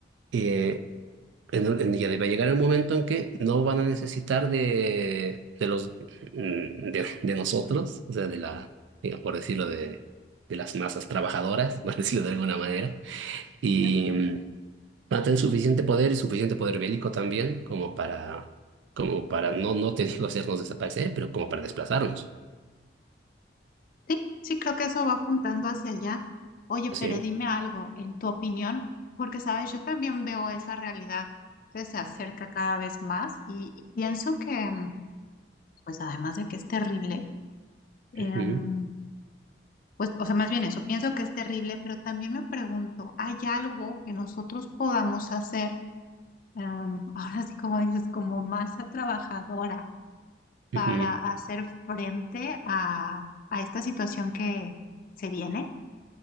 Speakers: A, on the right; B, on the left.
A: eh, en, un- en- ya va a llegar el momento en que no van a necesitar de, de los mm, de, de nosotros, o sea, de la, digamos, por decirlo, de, de las masas trabajadoras, <laughs> por decirlo de alguna manera, y
B: ¿eh?
A: mm, van a tener suficiente poder y suficiente poder bélico también como para como para, no, no te digo hacernos desaparecer, pero como para desplazarnos.
B: Sí, sí, creo que eso va apuntando hacia allá. Oye, pero
A: Sí.
B: dime algo, en tu opinión, porque sabes, yo también veo esa realidad que se acerca cada vez más y, y pienso que, mm, pues además de que es terrible, em,
A: Ujú,
B: Pues, o sea, más bien eso, pienso que es terrible, pero también me pregunto, ¿hay algo que nosotros podamos hacer, am, <laughs> ahora sí como dices, como masa trabajadora para
A: ujú.
B: hacer frente a, a esta situación que se viene?